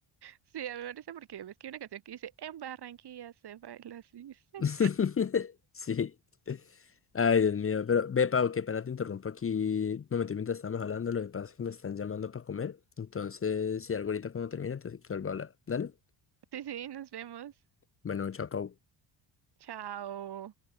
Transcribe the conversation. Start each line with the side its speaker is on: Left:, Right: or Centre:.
Right: Sí, a mí me parece porque ves que hay una canción que dice, En Barranquilla se baila así. Sí,
Left: <laughs> Sí. Ay, Dios mío. Pero ve, Pau, qué pena te interrumpo aquí. Un momento, mientras estábamos hablando, lo que pasa es que me están llamando para comer. Entonces, si algo ahorita cuando termine, te, te vuelvo a hablar. Dale.
Right: sí, sí, nos vemos.
Left: Bueno, chao, Pau.
Right: Chao.